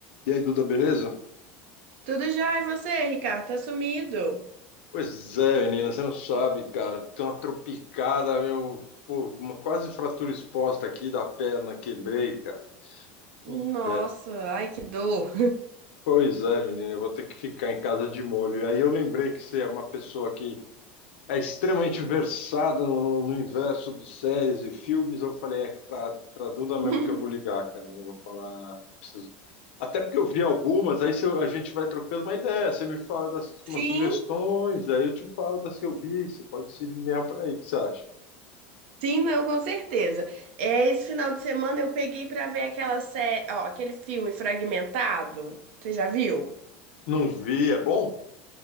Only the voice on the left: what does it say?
E aí, Duda, beleza?
Pois é, menina, você não sabe, cara. Tem uma tropicada, meu. Pô, uma quase fratura exposta aqui da perna, quebrei, cara.
Inferno.
Pois é, menina, eu vou ter que ficar em casa de molho. E aí eu lembrei que você é uma pessoa que é extremamente versado no, no universo de séries e filmes. Eu falei, é pra, pra Duda mesmo
que eu vou ligar, cara. Eu vou falar. preciso- Até porque eu vi algumas, aí se eu- a gente vai trocando uma ideia. Você me fala das umas
sugestões, aí eu te falo das que eu vi. Você pode se linear pra aí, o que você acha?
Não vi, é bom?